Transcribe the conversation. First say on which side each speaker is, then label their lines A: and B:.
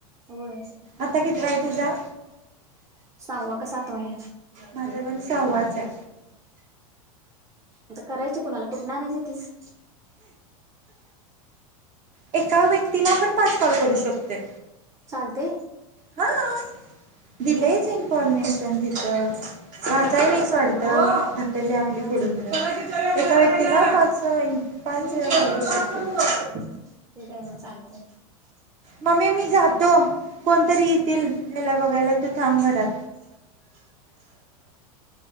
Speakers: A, on the right; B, on the right.
A: होय
B: आता कितवा आहे तुझा
A: सांगू कसा तो आहे.
B: माझा पण सहावाच आहे.
A: आता करायचे कुणाला कुठून आणायचं तीस.
B: एका व्यक्तीला पण पाच कॉल करू शकतोय.
A: चालते.
B: हा दिलेयच
A: नाही
B: इन्फॉर्मेशन तिथं वाचायस नाही वाटत. ढकलले आपली
A: नाही वाचलो
B: पुढे पुुढ एका व्यक्तीला पाच पाच वेळा कॉल करू शकतो.
A: ठीक आहे ना चालते.
B: मम्मी मी जातो. कोणतरी येतील ह्याला बघायला तू थांब घरात.